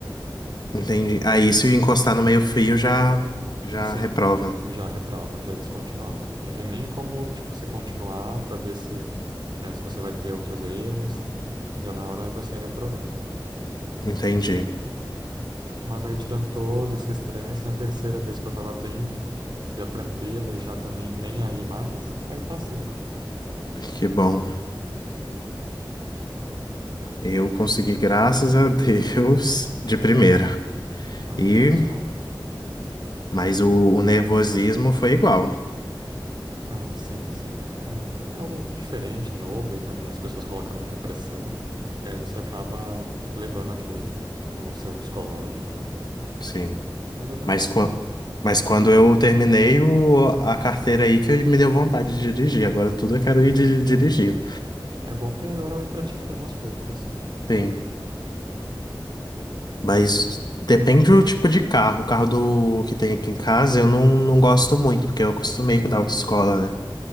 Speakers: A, on the left; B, on the right.
A: entendi. Aí se eu encostar no meio fio já, já
B: Sim,
A: reprova.
B: já reprova, já é descontinuado. Não tem nem como, tipo, você continuar para ver se, né, se você vai ter outros erros. Já na hora você é reprovado.
A: Entendi.
B: Mas aí tirando todo esse estresse, na terceira vez que eu tava bem, já tranquilo e já também nem aí mais, aí eu passei.
A: Que bom. Eu consegui, graças a Deus, de primeira.
B: Ai,
A: E,
B: menos mal.
A: mas
B: Uhum.
A: o, o nervosismo foi igual,
B: Ah, sim, sim. É, é algo diferente, novo, e também as pessoas colocam muita pressão, e aí você acaba levando aquilo no seu psicológico,
A: sim.
B: mas é normal.
A: Mas, quan- mas quando eu terminei o, a carteira aí que me deu vontade de dirigir. Agora tudo eu quero ir di- dirigindo.
B: Ah, é bom que agora vai praticando aos poucos.
A: Sim. Mas depende do tipo de carro. O carro do que tem aqui em casa eu não, não gosto muito, porque eu acostumei com o da autoescola, né?